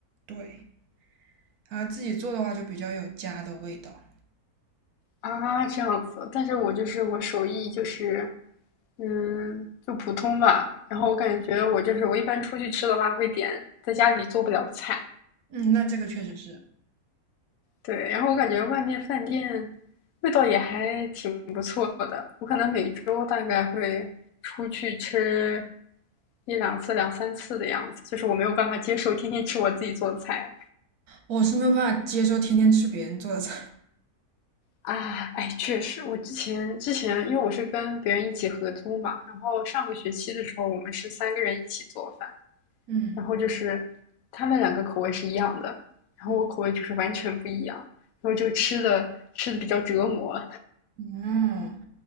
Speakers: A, on the right; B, on the left.
A: 对，然后自己做的话就比较有家的味道。
B: 啊，这样子，但是我就是我手艺就是，嗯，就普通吧。然后我感觉我就是我一般出去吃的话会点在家里做不了的菜，
A: 嗯，那这个确实是，
B: 对。然后我感觉外面饭店味道也还挺不错的。我可能每周大概会出去吃一两次、两三次的样子，就是我没有办法接受天天吃我自己做的菜。
A: 我是没有办法接受天天吃别人做的菜。
B: 啊，哎，确实，我之前之前，因为我是跟别人一起合租嘛，然后上个学期的时候，我们是三个人一起做饭，
A: <laughs> 嗯
B: 然后就是他们两个口味是一样的，然后我口味就是完全不一样，
A: 嗯
B: 然后就吃的吃的比较折磨，
A: 嗯。